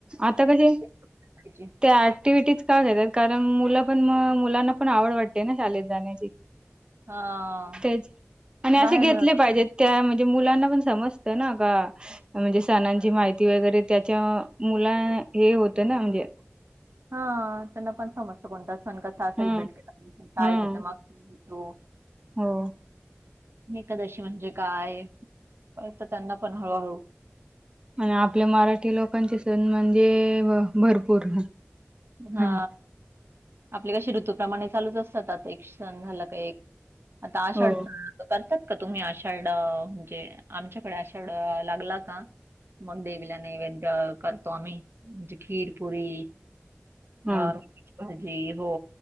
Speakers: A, on the right; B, on the right.
A: आता कशे
B: करायची.
A: त्या ऍक्टिव्हिटीज का देतात कारण मुल पण म मुलांना पण आवड वाटते ना शालेत जाण्याची
B: हा
A: तेच आणि असे
B: बाहेर
A: घेतले
B: होत.
A: पाहिजेत त्या म्हणजे मुलांना पण समजत ना का म्हणजे सणांची माहिती वगैरे त्याच्या मुला हे होत ना म्हणजे
B: हा त्यांना पण समजतं कोणता सण कसा सेलिब्रेट
A: हम्म
B: केला काय
A: हम्म
B: त्याच्या माग होतो
A: हो
B: एकादशी म्हणजे काय, कळतं त्यांना पण हळू हळू.
A: आणि आपल्या मराठी लोकांचे सण म्हणजे ब भरपूर.
B: हा
A: हम्म
B: आपले कसे ॠतुप्रमाणे चालूच असतात. एक सण झाला का एक आता आषाढ
A: हो
B: करतात का तुम्ही आषाढ अ म्हजे आमच्याकडे आषाढ अ लागला का मंग देवीला नैवेद्य करतो आम्ही म्हजे खीर पुरी
A: हो
B: अ भाजी हो.